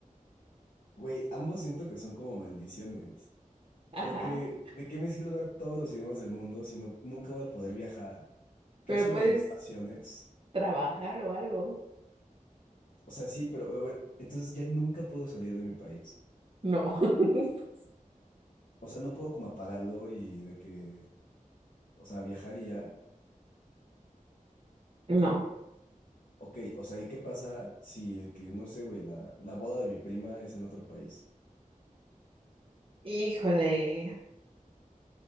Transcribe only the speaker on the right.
<laughs> Ajá.
Pero
puedes
trabajar o algo.
No. <laughs>
No.
Híjole.